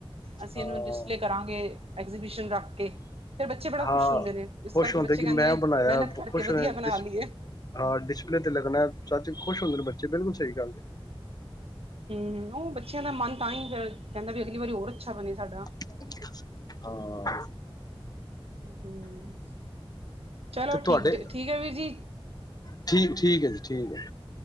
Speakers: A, on the right (about 85°); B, on the left (about 40°).
A: ਅਸੀਂ
B: ਹਾਂ
A: ਇਹਨੂੰ ਡਿਸਪਲੇ ਕਰਾਂਗੇ ਐਗਜੀਬਿਸ਼ਨ ਰੱਖ ਕੇ। ਫਿਰ ਬੱਚੇ ਬੜਾ
B: ਹਾਂ
A: ਖੁਸ਼ ਹੁੰਦੇ ਨੇ। ਇਸ
B: ਖੁਸ਼
A: ਕਰਕੇ
B: ਹੁੰਦੇ
A: ਬੱਚੇ
B: ਕਿ
A: ਕਹਿੰਦੇ
B: ਮੈਂ
A: ਨੇ
B: ਬਣਾਇਆ
A: ਮਿਹਨਤ ਕਰਕੇ
B: ਖੁਸ਼ ਹੁੰਦੇ
A: ਵਧੀਆ ਬਣਾ
B: ਡਿਸ
A: ਲਈਏ।
B: ਹਾਂ ਡਿਸਪਲੇ ਤੇ ਲੱਗਣਾ ਸੱਚ ਖੁਸ਼ ਹੁੰਦੇ ਨੇ ਬੱਚੇ ਬਿਲਕੁਲ ਸਹੀ ਗੱਲ ਐ।
A: ਹੂੰ-ਹੂੰ ਉਹ ਬੱਚਿਆਂ ਦਾ ਮਨ ਤਾਂ ਹੀ ਕਹਿੰਦਾ ਵੀ ਅਗਲੀ ਵਾਰੀ ਹੋਰ ਅੱਛਾ ਬਣੇ ਸਾਡਾ।
B: <unintelligible> ਹਾਂ
A: ਹੂੰ ਚਲੋ
B: ਤੇ ਤੁਹਾਡੇ
A: ਠੀਕ ਠੀਕ ਹੈ ਵੀਰ ਜੀ।
B: ਠੀਕ ਠੀਕ ਹੈ ਜੀ ਠੀਕ ਹੈ।